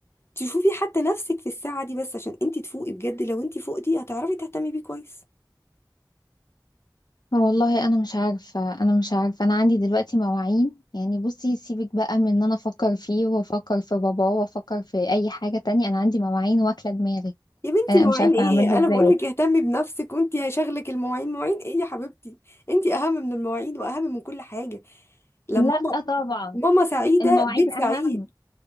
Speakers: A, on the left; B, on the left.
A: تشوفي حتى نفسك في الساعه دي بس عشان انت تفوقي بجد لو انت فوقتي هتعرفي تهتمي بيه كويس
B: والله انا مش عارفه انا مش عارفه انا عندي دلوقتي مواعين يعني بصي سيبك بقى من ان انا افكر فيه وافكر في باباه وافكر في اي حاجه تانية انا عندي مواعين واكله دماغي
A: يا بنتي
B: انا
A: مواعين
B: مش عارفه
A: ايه
B: اعملها
A: انا
B: ازاي
A: بقول لك اهتمي بنفسك وانتي هيشغلك المواعين مواعين ايه يا حبيبتي انتي اهم من المواعين واهم من كل حاجه لما
B: لا
A: ماما
B: طبعا
A: ماما سعيده
B: المواعين
A: بيت
B: أهم
A: سعيد